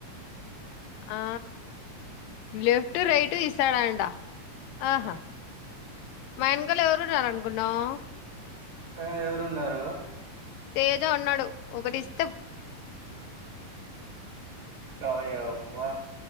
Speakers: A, on the left; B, on the right.
A: ఆ లెఫ్ట్ రైట్ ఇస్తాడంట ఆహా మా యన్కాల ఎవరున్నారు అనుకున్నావ్?
B: తగా ఎవరు ఉన్నారు?
A: తేజా అన్నాడు ఒకటిస్
B: ఒయమ్మా